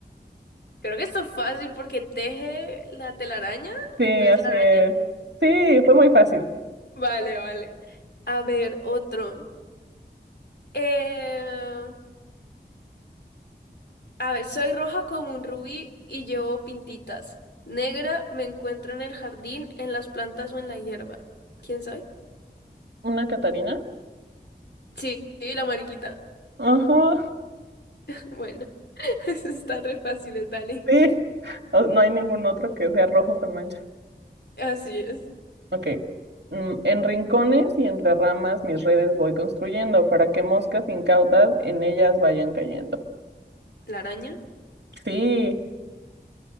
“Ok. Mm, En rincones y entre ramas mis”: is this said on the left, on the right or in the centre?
Right